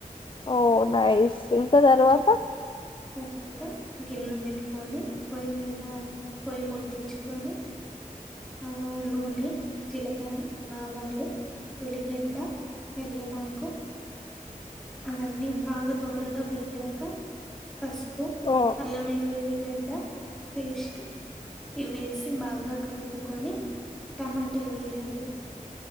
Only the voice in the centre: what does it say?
తర్వాత గిన్నె పెట్టుకొని పొయ్యి మీద పొయ్యి ముట్టించుకొని ఆ నూనె, జీలకర్ర, ఆవాలు, ఉలిగడ్డ, కాలేమకు అవన్నీ బాగా దోరగా వేగాక పసుపు,
అల్లం వెల్లుల్లి గాడ్డ పేస్టి ఇవేసి బాగా కలుపుకొని టమాటలు వేయాలి